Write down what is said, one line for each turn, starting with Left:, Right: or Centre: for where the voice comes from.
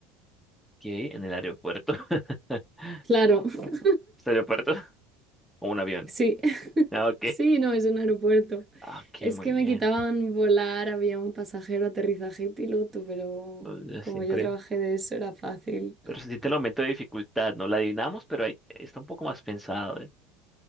Centre: Ok, en el aeropuerto. <laughs>
Right: Claro, <laughs>
Centre: ¿Es aeropuerto? ¿O un avión?
Right: sí, <laughs>
Centre: Ah, ok.
Right: sí, no, es un aeropuerto.
Centre: Ah, Ok,
Right: Es
Centre: muy
Right: que
Centre: bien.
Right: me quitaban volar, había un pasajero, aterrizaje y piloto, pero
Centre: O
Right: como
Centre: Siempre.
Right: yo trabajé de eso era fácil.
Centre: Pero se siente el aumento de dificultad, ¿no? La adivinamos, pero hay- está un poco más pensado, ¿eh?